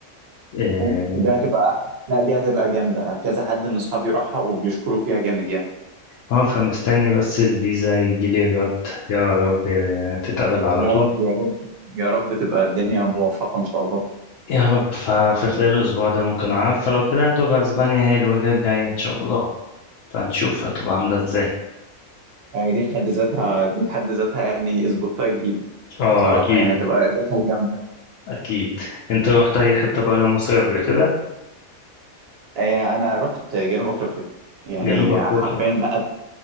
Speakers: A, on the left; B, on the right.
A: اه
B: أوف، دي هتبقى احلى لا دي هتبقى جامده كذا حد من اصحابي راحها وبيشكروا فيها جامد يعني
A: آه، فمستني بس الفيزا يجيلي الرد يا رب آه، تتقبل على
B: يا
A: طول
B: رب يا رب يا رب تبقى الدنيا موفقة إن شاء الله
A: يا رب ففي خلال الاسبوع ده ممكن اعرف فلو كده هتبقى اسبانيا هي الوجهة الجاية ان شاء الله فهنشوف هتبقى عاملة ازاي
B: يعني دي في حد ذاتها دي في حد ذاتها يعني اسبوتاية جديدة
A: اه
B: بصراحة
A: اكيد
B: يعني هتبقى إضافة جامدة
A: اكيد انت روحت اي حتة برا مصر قبل كده
B: آه، أنا رحت جنوب أفريقيا يعني
A: جنوب أفريقيا
B: حرفيا بقى